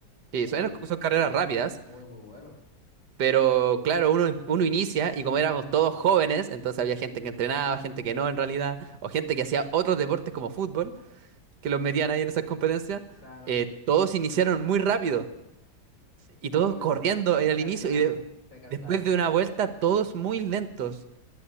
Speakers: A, on the left; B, on the right.
A: Uh,
B: Sí, son, son carreras rápidas,
A: muy, muy bueno.
B: pero claro, uno, uno inicia y como éramos todos jóvenes, entonces había gente que entrenaba, gente que no en realidad, o gente que hacía otros deportes como fútbol, que los metían ahí en esas competencias,
A: Claro.
B: eh, todos iniciaron muy rápido y todos
A: Y no-
B: corriendo en
A: se
B: el
A: cansaron,
B: inicio y de-
A: se cansaron.
B: después de una vuelta todos muy lentos.